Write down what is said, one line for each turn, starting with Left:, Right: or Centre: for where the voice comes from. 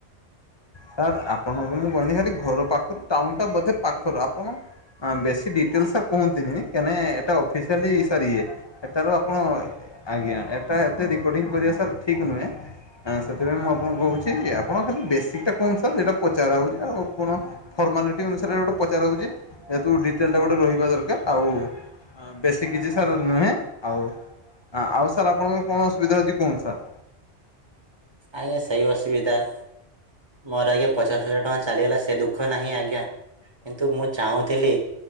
Left: ସାର୍ ଆପଣଙ୍କୁ ମୁଁ କହିନି ଖାଲି ଘର ପାଖରୁ ଟାଉନ ଟା ବୋଧେ ପାଖରୁ ଆପଣ ବେଶୀ ଡିଟେଲ ସାର୍ କୁହନ୍ତିନି କାଇଁନା ଏଟା ଅଫିସିଆଲି ସୋରି ଏଟାର ହଁ ଆଜ୍ଞା ଏଟା ଏତେ ରେକର୍ଡିଂ କରିବା ସାର୍ ଠିକ୍ ନୁହେଁ। ହ ସେଥିପାଇଁ ମୁଁ ଆପଣଙ୍କୁ କହୁଚି ଆପଣ ଖାଲି ବେସିକ ଟା କୁହନ୍ତୁ ସାର୍ ଯଟା ପଚାର ହଉଚି ଆଉ କଣ ଫର୍ମାଲିଟି ଅନୁସାରେ ଗୋଟେ ପଚାର ହଉଚି ଯେହେତୁ ଡିଟେଲ୍ଟା ଗୋଟେ ରହିବା ଦରକାର ଆଉ ହ ବେଶୀ କିଛି ସାର୍ ନୁହେଁ ଆଉ ଆଉ ସାର୍ ଆପଣଙ୍କର କଣ ଅସୁବିଧା ହଉଚି କୁହନ୍ତୁ ସାର୍।
Right: ଆଜ୍ଞା ସେଇ ଅସୁବିଧା। ମୋର ଆଜ୍ଞା ପଚାଶ ହଜାର ଟଙ୍କା ଚାଲିଗଲା ସେ ଦୁଃଖ ନାହିଁ ଆଜ୍ଞା। କିନ୍ତୁ ମୁଁ ଚାହୁଁଥିଲି